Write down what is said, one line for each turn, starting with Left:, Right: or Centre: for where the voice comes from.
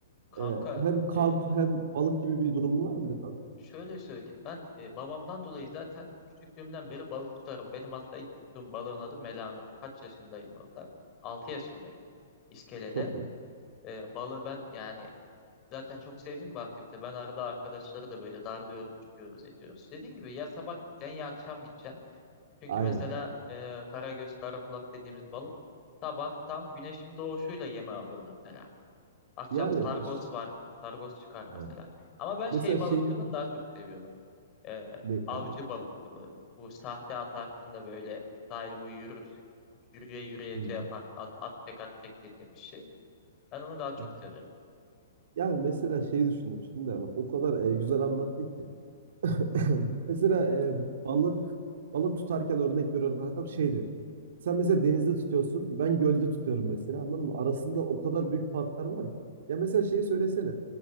Left: Kanka
Right: e, hem kamp
Left: e,
Right: hem balık gibi bir durumun var mıydı kanka?
Left: şöyle söyleyeyim ben e, babamdan dolayı zaten küçüklüğümden beri balık tutarım. Benim hatta ilk tuttuğum balığın adı Melanur. Kaç yaşındayım orada? 6 yaşındayım. İskelede.
Right: Çok iyi.
Left: E, balığı ben yani Zaten çok sevdiğim bir aktivite. Ben arada arkadaşları da böyle darlıyorum, çıkıyoruz ediyoruz. Dediğim gibi ya sabah gideceksin ya akşam gideceksin. Çünkü
Right: Aynen.
Left: mesela e, karagöz, karakulak dediğimiz balık sabah tam güneşin doğuşuyla yeme alır mesela. Akşam
Right: Yani
Left: sargos
Right: ş-
Left: vardır, sargos çıkar
Right: evet.
Left: mesela. Ama ben şey
Right: mesela
Left: balıkçılığını
Right: şey
Left: daha çok seviyorum. E,
Right: ne
Left: avcı
Right: kanka?
Left: balıkçılığı. Bu sahte atarsın da böyle sahil boyu yürür, yürüye yürüye
Right: Hmm.
Left: şey yaparsın, at, at çek at çek dediğimiz şey. Ben onu daha çok
Right: Hı hı.
Left: severim.
Right: Yani mesela şeyi düşündüm şimdi de bak o kadar e, güzel anlattı ki. <laughs> <clears throat> Mesela e, balık balık tutarken örnek veriyorum kankam şey diyor. Sen mesela denizde tutuyorsun ben gölde tutuyorum mesela anladın mı? Arasında
Left: <laughs>
Right: o kadar büyük farklar var ki. Ya mesela şeyi söylesene.